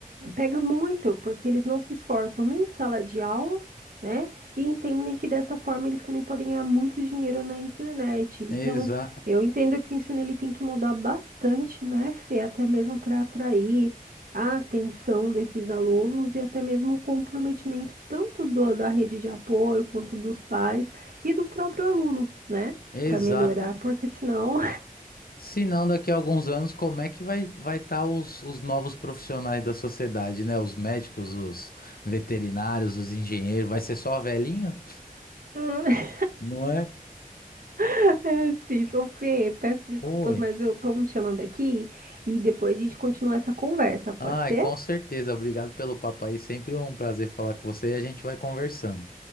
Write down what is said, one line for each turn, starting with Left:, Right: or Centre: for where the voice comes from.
Right: Pega muito, porque eles não se esforçam nem em sala de aula, né? E entendem que dessa forma eles também podem ganhar muito dinheiro na internet. Então,
Left: Exa
Right: eu entendo que o ensino ele tem que mudar bastante, né, Fê? Até mesmo para atrair a atenção desses alunos e até mesmo o comprometimento tanto do, da rede de apoio quanto dos pais e do próprio aluno, né?
Left: exata.
Right: Para melhorar, porque senão
Left: Se não, daqui a alguns anos, como é que vai vai estar os, os novos profissionais da sociedade, né? Os médicos, os veterinários, os engenheiros, vai ser só velhinho?
Right: <laughs>
Left: Não é?
Right: <laughs> É, Sim, ô Fê, peço desculpas,
Left: Oi.
Right: mas eu tô me chamando aqui e depois a gente continua essa conversa, pode
Left: Ai,
Right: ser?
Left: com certeza. Obrigado pelo papo aí. Sempre um prazer falar com você e a gente vai conversando.